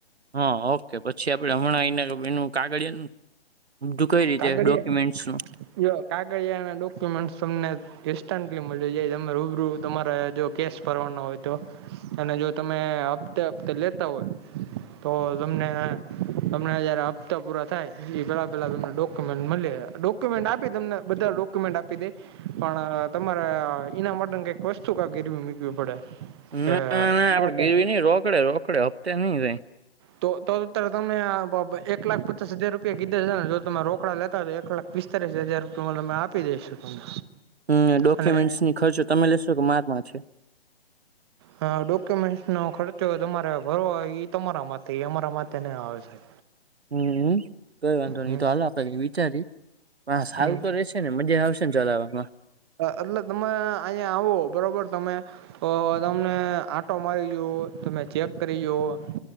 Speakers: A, on the right; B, on the right.
A: હા ઓકે પછી આપડે હમણાં એઈને એનું કાગળિયાનું. બધું કઈ રીતે
B: કાગડીયા
A: ડોક્યુમેન્ટ્સ નું
B: જો કાગડિયા ને ડોક્યુમેન્ટસ તમને. ઇન્સ્ટન્ટલી મળી જાય તમે રૂબરૂ તમારે જો કેશ ભરવાના હોય તો. અને જો તમે હપ્તે હપ્તે લેતા હોય. તો તમને તમને જયારે હપ્તા પૂરા થાય એ પેલા. પેલા તમને ડોક્યુમેન્ટ મળે ડોક્યુમેન્ટ આપી તમને બધા ડોક્યુમેન્ટ આપી દે. પણ તમારે એના માટેને કંઈક વસ્તુ કાક ગીરવી મૂકવી પડે. કે
A: ના ના આપડે ગીરવી નઈ રોકડે રોકડે હપ્તે નઈ રઈ.
B: તો ત્યારે તમે એક લાખ પચાસ હજાર રૂપિયા કીધા છે ને જો તમે રોકડા લેતા હોય તો એક લાખ. પિસ્તાલીસ હજાર રૂપિયા મા આપી દઈશું તમને.
A: હમ્મ ડોક્યુમેન્ટસની
B: અને
A: ખર્ચો તમે લેશો કે મારા માંથી.
B: હા ડોક્યુમેન્ટસ નો ખર્ચો તમારે ભરવો ઈ તમારા માથે ઈ અમારા માથે નહીં આવે. <unintelligible>
A: હમ્મ કઈ વાંધો
B: હમ
A: નઈ તો હાલો આપડે કંઈક વિચારી. પણ આ સારું
B: હમ
A: તો રેશે ને મજા આવશે ને ચલાવવામાં.
B: એટલે તમે અહીયાં આવો બરોબર તમે. તો તમને આટો મારી લ્યો તમે ચેક કરી જુવો.